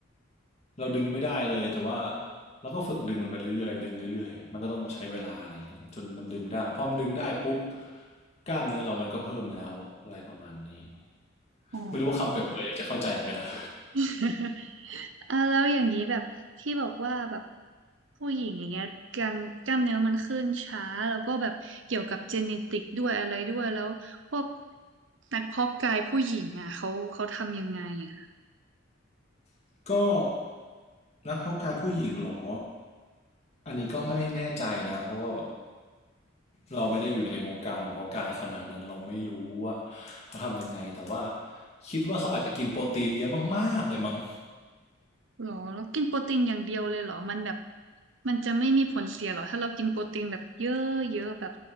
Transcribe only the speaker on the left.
เราดึงไม่ได้เลยแต่ว่าเราก็ฝึกดึงมันไปเรื่อยๆดึงเรื่อยๆมันก็ต้องใช้เวลาอะไรอย่างเงี้ยจนมันดึงได้พอมันดึงได้ปุ๊บกล้ามเนื้อเรามันก็เพิ่มแล้วอะไรประมาณนี้
ไม่รู้ว่าคำเปรียบเปรยนี่จะเข้าใจไหมนะ
<laughs> ก็นักเพาะกายผู้หญิงเหรออันนี้ก็ไม่แน่ใจนะเพราะว่าเราไม่ได้อยู่ในวงการเพาะกายขนาดนั้นเราไม่รู้ว่าเขาทำยังไงแต่ว่าคิดว่าเขาอาจจะกินโปรตีนเยอะมากๆเลยมั้ง